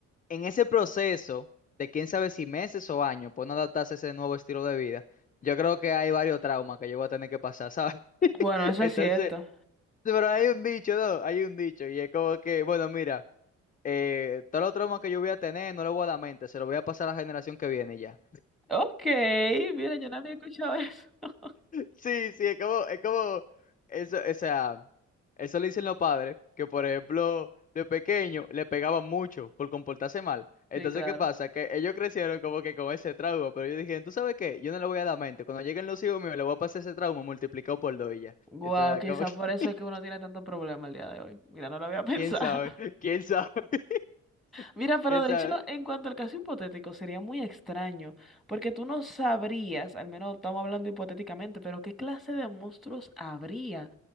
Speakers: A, on the left; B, in the centre.
A: en ese proceso de quién sabe si meses o años, pues no adaptarse a ese nuevo estilo de vida, yo creo que hay varios traumas que yo voy a tener que pasar, ¿sabes?
B: Bueno,
A: <laughs>
B: eso
A: Entonces,
B: es cierto.
A: pero hay un dicho, ¿no? Hay un dicho, y es como que, bueno, mira, eh, todos los traumas que yo voy a tener, no los voy a dar mente, se los voy a pasar a la generación que viene y ya.
B: Ok, mira, yo no había escuchado eso. <laughs>
A: Sí, sí, es como, es como, eso, o sea, eso le dicen los padres, que por ejemplo, de pequeño le pegaban mucho por comportarse mal. Entonces,
B: Sí, claro.
A: ¿qué pasa? Que ellos crecieron como que con ese trauma, pero yo dije, ¿tú sabes qué? Yo no le voy a dar mente. Cuando lleguen los hijos míos, le voy a pasar ese trauma multiplicado por dos y ya.
B: Wow,
A: Entonces,
B: quizás
A: como
B: por eso
A: que,
B: es que uno tiene tanto problema el día de hoy. Mira, no lo
A: <laughs>
B: había <laughs> pensado.
A: ¿quién sabe? ¿Quién sabe? <laughs>
B: Mira, pero
A: ¿Quién
B: de
A: sabe?
B: hecho, en cuanto al caso hipotético, sería muy extraño, porque tú no sabrías, al menos estamos hablando hipotéticamente, pero ¿qué clase de monstruos habría?